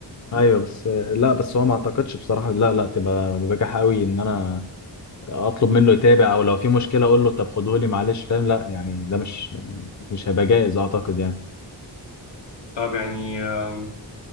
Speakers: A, on the left; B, on the left.
A: ايوه بس لا بس هو ما اعتقدش بصراحه لا لا تبقى بجاح قوي ان انا اطلب منه يتابع او لو في مشكله اقول له طب خدهولي معلش فاهم لا يعني ده مش مش هيبقى جائز اعتقد يعني
B: طب يعني آم،